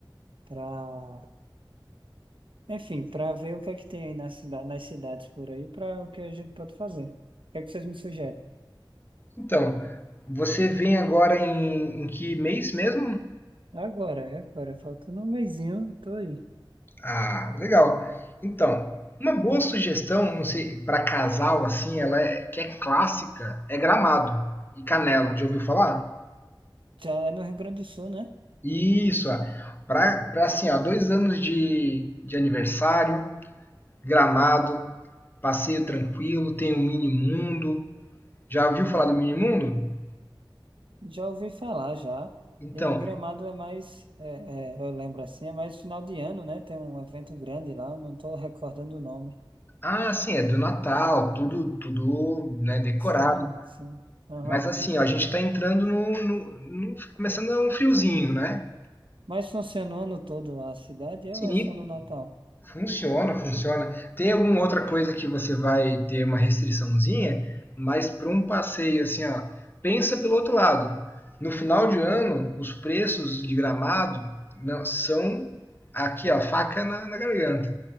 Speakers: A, on the right (about 80°); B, on the left (about 25°).
A: pra. Enfim, pra ver o que é que tem aí na cida... nas cidades por aí, pra o que a gente pode fazer. O que é que vocês me sugerem?
B: Então, você vem agora em, em que mês mesmo?
A: Agora, é agora, falta um mesinho, tô aí.
B: Ah, legal. Então, uma boa sugestão, não sei, para casal assim, ela é que é clássica, é Gramado e Canela. Já ouviu falar?
A: Já é no Rio Grande do Sul, né?
B: Isso, para assim, ó, dois anos de, de aniversário, Gramado, passeio tranquilo, tem o mini mundo. Já ouviu falar do mini mundo?
A: Já ouvi falar já.
B: Então,
A: E Gramado é mais, é, é, eu lembro assim, é mais final de ano, né? Tem um evento grande lá, não estou recordando o nome.
B: ah, sim, é do Natal, tudo, tudo, né, decorado.
A: Sim, sim. Aham.
B: Mas assim, ó, a gente está entrando no, no, no- começando a um friozinho, né?
A: Mas funciona o ano todo a cidade é
B: Sim,
A: ou é só no Natal?
B: Funciona, funciona. Tem alguma outra coisa que você vai ter uma restriçãozinha, mas para um passeio assim, ó, pensa pelo outro lado. No final de ano, os preços de gramado não- são aqui, ó, faca na, na garganta.